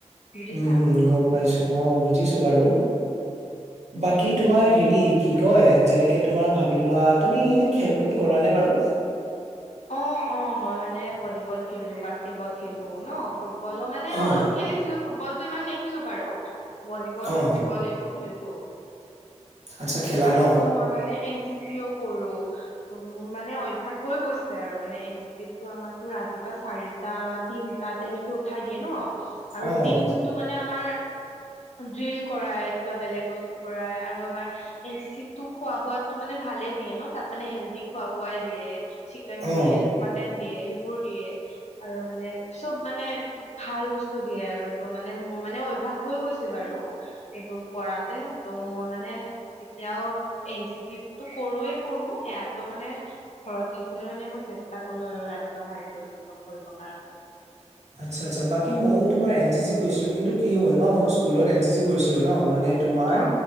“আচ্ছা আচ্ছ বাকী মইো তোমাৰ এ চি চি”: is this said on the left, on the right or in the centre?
Right